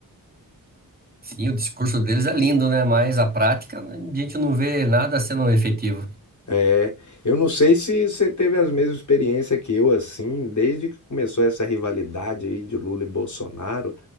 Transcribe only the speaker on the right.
Sim, o discurso deles é lindo, né? Mas a prática, né, a gente não vê nada sendo efetivo.